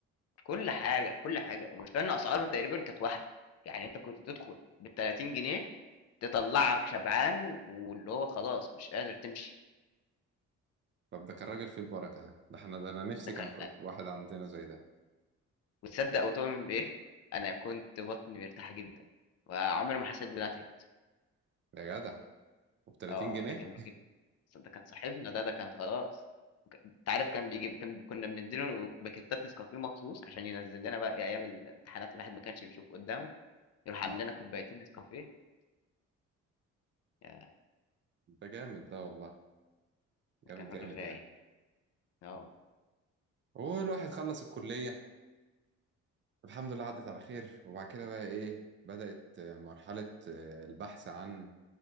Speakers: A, on the left (about 55°); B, on the right (about 40°).
A: كل حاجة كل حاجة والمشكلة إن أسعاره تقريبا كانت واحدة يعني انت كنت تدخل بال 30 جنيه تطلعك شبعان واللي هو خلاص مش قادر تمشي
B: طب ده كان راجل فيه البركة ده ده احنا ده أنا نفسي
A: ده
B: كان
A: كان
B: في واحد عندنا زي ده
A: وتصدق وتؤمن بايه انا كنت بطني مرتاحه جدا وعمري ما حسيت بان انا تعبت
B: يا جدع وب 30
A: اه
B: جنيه
A: ده كان راجل ده كان صاحبنا ده ده كان خلاص انت عارف كان بيجيب كان كنا بنديله باكيتات نسكافيه مخصوص عشان ينزل لنا بقى إيه ايام الامتحانات الواحد ما كانش بيشوف قدامه يروح
B: اه
A: عامل لنا كوبايتين نسكافيه يا
B: ده جامد ده والله جامد
A: ده كان
B: جامد
A: راجل رايق
B: يعني
A: اه والله
B: هو الواحد خلص الكلية الحمد لله عدت على خير وبعد كده بقى ايه بدأت مرحلة آه، البحث عن